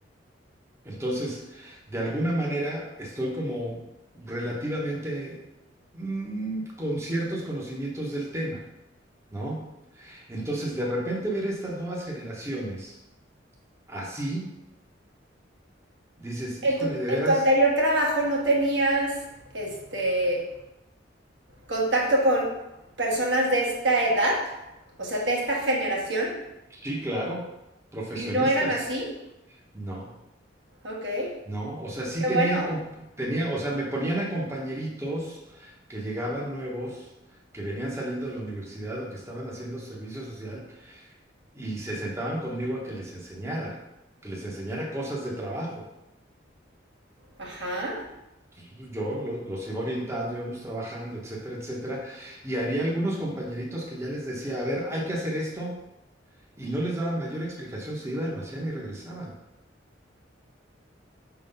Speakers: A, on the right (about 15°); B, on the right (about 70°).
A: Entonces, de alguna manera estoy como relativamente mm, con ciertos conocimientos del tema, ¿no? Entonces, de repente ver estas nuevas generaciones así, dices,
B: En
A: híjole,
B: tu,
A: de
B: en
A: veras,
B: tu anterior trabajo no tenías este contacto con personas de esta edad, o sea, de esta generación,
A: sí, claro, profesionistas,
B: y no eran así.
A: ¿no?
B: Ok. Qué
A: ¿no? O sea, sí tenía,
B: bueno.
A: com- tenía, o sea, me ponían a compañeritos que llegaban nuevos, que venían saliendo de la universidad o que estaban haciendo servicio social y se sentaban conmigo a que les enseñara, que les enseñara cosas de trabajo.
B: Ajá.
A: Entonces, Yo lo- los iba orientando, íbamos trabajando, etcétera, etcétera. Y había algunos compañeritos que ya les decía, a ver, hay que hacer esto, y no les daba mayor explicación, se iban, lo hacían y regresaban.